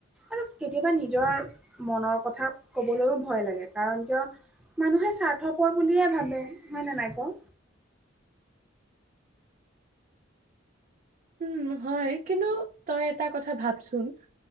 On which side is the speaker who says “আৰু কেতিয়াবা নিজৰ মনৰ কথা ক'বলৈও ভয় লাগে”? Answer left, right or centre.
Centre